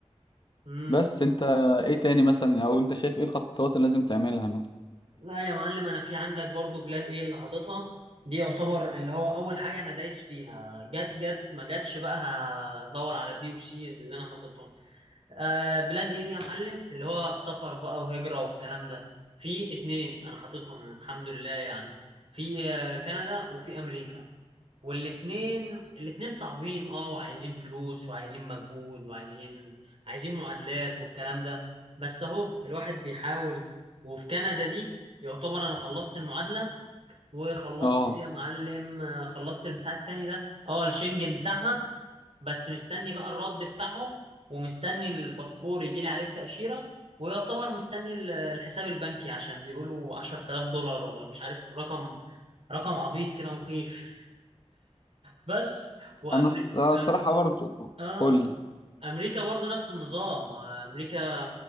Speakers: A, on the right; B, on the left.
A: امم
B: بس انت ايه تاني مثلا او انت شايف ايه الخطوات اللي لازم تعملها مثلا
A: لا يا معلم انا في عندك برضو بلان ايه اللي حاططها دي يعتبر اللي هو اول حاجه انا دايس فيها جت جت ما جتش بقى هدور على بي وسيز اللي انا حاططهم آه بلان ايه دي يا معلم اللي هو سفر بقى وهجره والكلام ده في اتنين انا حاططهم الحمد لله يعني في آه كندا وفي امريكا والاتنين الاتنين صعبين اه وعايزين فلوس وعايزين مجهود وعايزين عايزين معادلات والكلام ده بس اهو الواحد بيحاول وفي كندا دي يعتبر انا خلصت المعادلة وخلصت
B: اه
A: ايه يا معلم آه، خلصت البتاع التاني ده اه الشنجن بتاعها بس مستني بقى الرد بتاعهم ومستني الباسبور يجيلي عليه التأشيرة ويعتبر مستني ال- الحساب البنكي عشان بيقولوا 10000 دولار ولا مش عارف رقم رقم عبيط كده مخيف بس وامريكا
B: انا الص- آه
A: أم...
B: الصراحه برضو
A: اه
B: قول لي
A: امريكا برضو نفس النظام آه، امريكا